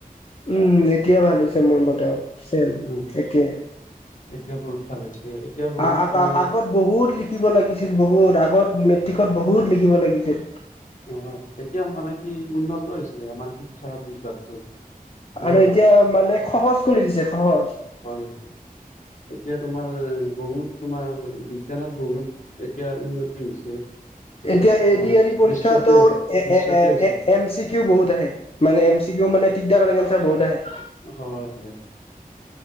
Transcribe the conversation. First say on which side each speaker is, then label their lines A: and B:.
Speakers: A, on the left; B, on the left.
A: উম এতিয়া ভাল হৈছে মোৰ ম চ
B: উম,
A: একে <inaudible>
B: এতিয়া বহুত ভাল হৈছে। এতিয়া বহুত
A: আ অ
B: তোমাৰ
A: আগবত বহুত লিখিব লাগিছিল বহুত আগত মেট্ৰিকত বহুত লিখিব লাগিছিল।
B: হয় এতিয়া মানে কি উন্নত হৈছে আমাৰ শিক্ষাৰ বিভাগটো। মই
A: আৰু এতিয়া মানে সহজ কৰি দিছে সহজ।
B: হয়-হয় এতিয়া তোমাৰ বহুত। তোমাৰ বিজ্ঞানত বহুত এতিয়া উন্নতি হৈছে
A: এতিয়া এ
B: তোমাৰ
A: ডি আৰ ই পৰীক্ষাতো
B: বিশ্বতে
A: এ
B: বিশ্বতে হৈছে
A: এম চি কিউ বহুত আহে মানে এম চি কিউ মানে টিক থকা অন্স্বেৰ বহুত ত
B: হয় হয়।